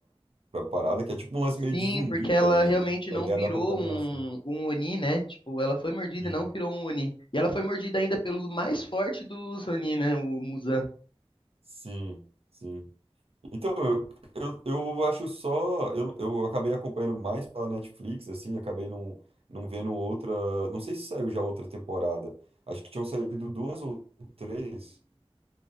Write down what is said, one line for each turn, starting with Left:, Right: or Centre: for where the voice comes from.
Right: pra parada, que é tipo um lance meio
Left: Sim,
Right: de zumbi
Left: porque
Right: também,
Left: ela realmente
Right: né?
Left: não
Right: A ideia
Left: virou
Right: da contaminação.
Left: um, um Oni, né? Tipo, ela foi mordida
Right: Uhum.
Left: e não virou um Oni. E ela foi mordida ainda pelo mais forte dos Oni, né? O Muzan.
Right: Sim, sim. Então, eu, eu, eu acho só. Eu, eu acabei acompanhando mais pela Netflix, assim, acabei não, não vendo outra. Não sei se saiu já outra temporada. Acho que tinham saído duas ou três.